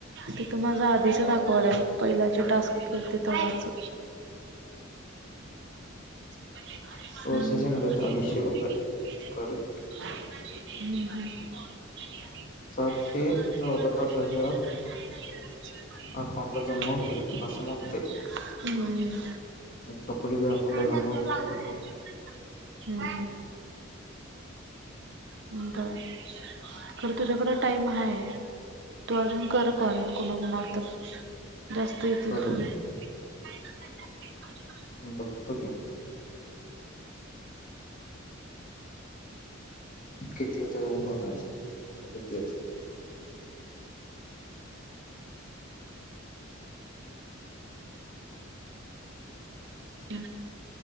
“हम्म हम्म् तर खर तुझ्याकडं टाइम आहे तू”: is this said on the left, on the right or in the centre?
Right